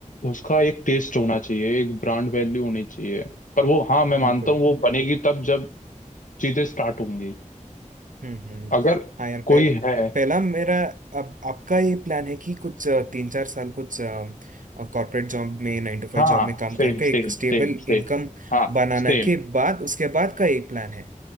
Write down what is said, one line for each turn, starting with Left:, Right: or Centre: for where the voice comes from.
Left: उसका एक टेस्ट होना चाहिए एक ब्रांड वैल्यू होनी चाहिए पर वो हाँ मैं मानता
Right: बिल्कुल
Left: हूँ वो बनेगी तब जब चीजें स्टार्ट होंगी
Right: हम्म हम्म
Left: अगर
Right: हाँ यार
Left: कोई
Right: पहला
Left: है
Right: पहला मेरा अब आपका ये प्लान है कि कुछ अ, तीन चार साल कुछ कॉर्पोरेट जॉब में नाइन टू फाइव
Left: हाँ
Right: जॉब में काम
Left: सेम
Right: करके
Left: सेम
Right: एक स्टेबल
Left: सेम सेम
Right: इनकम
Left: हाँ
Right: बनाना
Left: सेम
Right: के बाद उसके बाद का एक प्लान है